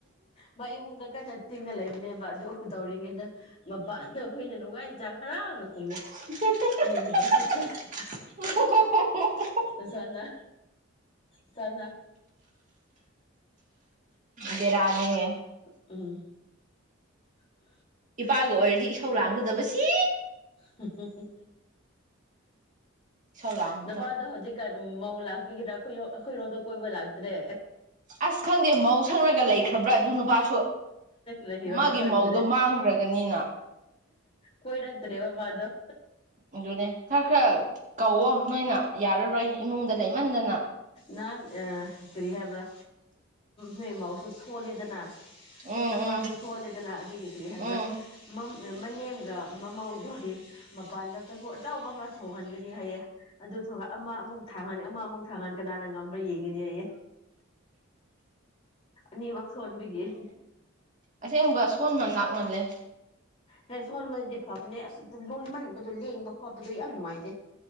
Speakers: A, on the left; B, on the right.
A: ꯃꯥ ꯏꯃꯨꯡꯗ ꯀꯟꯅ ꯇꯤꯡꯉꯥ ꯂꯩꯕꯅꯦꯕ ꯑꯗꯨ ꯇꯧꯔꯤꯉꯩꯗ ꯃꯄꯥꯥꯟ ꯅ ꯍꯨꯏꯅ ꯅꯨꯡꯉꯥꯏꯖ꯭ꯔꯥ ꯍꯔꯥꯎꯅ ꯈꯨꯝꯃꯦ
B: <unintelligible>
A: ꯅꯪꯒꯤ <inaudible>
B: ꯑꯣ ꯍꯣ ꯍꯣ
A: ꯑꯗꯨꯁꯅ ꯆꯅ
B: ꯕꯦꯔꯥꯅꯤꯍꯦ
A: ꯎꯝ ꯎ
B: ꯅꯨꯄꯥꯒ ꯑꯣꯏꯔꯗꯤ ꯏꯁꯧ ꯂꯥꯡꯒꯗꯕ ꯁꯤ
A: <unintelligible>
B: ꯏꯁꯧ ꯂꯥꯡꯕ
A: ꯅꯄꯥꯗꯣ
B: ꯃꯊꯛ
A: ꯍꯧꯖꯤꯛ ꯀꯔꯤ ꯃꯧ ꯂꯥꯛꯄꯤꯒꯗ꯭ꯔꯥ ꯑꯩꯈꯣꯏ ꯑꯩꯈꯣꯏꯔꯣꯝꯗ ꯀꯣꯏꯕ ꯂꯥꯛꯇ꯭ꯔꯦ
B: ꯑꯁ ꯈꯪꯗꯦ ꯃꯧ ꯁꯪꯉꯒ ꯂꯩꯈ꯭ꯔꯕ꯭ꯔꯥ ꯑꯗꯨ ꯅꯨꯄꯥꯁꯨ
A: ꯂꯩꯔꯕ꯭ꯔꯥ
B: ꯃꯥꯒꯤ
A: ꯈꯪꯗ꯭ꯔꯦ
B: ꯃꯧꯗꯣ ꯃꯥꯡꯈ꯭ꯔꯒꯅꯤꯅ
A: ꯀꯣꯏꯅ ꯇꯔꯦꯋꯥ ꯋꯥꯗ
B: ꯑꯗꯨꯅꯦ ꯈꯔ ꯈꯔ ꯀꯧꯋꯣ ꯅꯣꯏꯅ ꯌꯥꯔꯔꯣꯏ ꯏꯃꯨꯡꯗ ꯂꯩꯃꯟꯗꯅ
A: ꯅꯥꯟ ꯑ ꯀꯤꯔꯤ ꯍꯥꯏꯕ꯭ꯔꯥ ꯅꯣꯏ ꯃꯍꯧꯁꯨ ꯁꯣꯜꯂꯤꯗꯅ
B: ꯎꯝ
A: ꯅꯃꯥꯖꯁꯨ
B: ꯎꯝ
A: ꯁꯣꯂꯦꯗꯅ ꯑꯗꯨꯒꯤ ꯀꯔꯤ ꯍꯥꯏꯕ꯭ꯔꯥ
B: ꯎꯝ
A: ꯃꯅꯦꯝꯒ ꯃꯃꯥꯎꯗꯣꯔꯤ ꯃꯄꯥꯟꯗ ꯆꯐꯨ ꯑꯆꯧꯕ ꯑꯃ ꯊꯣꯡꯍꯟꯒꯅꯤ ꯍꯥꯏꯌꯦ ꯑꯗꯨ ꯑꯃ ꯑꯃꯨꯛ ꯊꯥꯡꯒꯅꯤ ꯑꯃꯨꯛ ꯊꯥꯡꯒꯅꯤ ꯀꯅꯥꯅ ꯉꯝꯕ꯭ꯔꯥ ꯌꯦꯡꯒꯅꯤ ꯑꯩꯌꯦ <inaudible> ꯅꯤꯕ ꯁꯣꯟꯣꯟꯕꯤꯒꯤ
B: ꯑꯁꯦꯡꯕ ꯁꯣꯟꯃꯟ ꯂꯥꯛꯃꯜꯂꯦ
A: ꯍꯦ ꯁꯣꯣꯟꯕꯦ ꯐꯕꯅꯦ ꯂꯣꯏꯃꯟꯕꯗꯣ ꯂꯦꯡꯕ ꯈꯣꯠꯄꯗꯣ ꯌꯥꯝ ꯅꯨꯡꯉꯥꯏꯖꯩ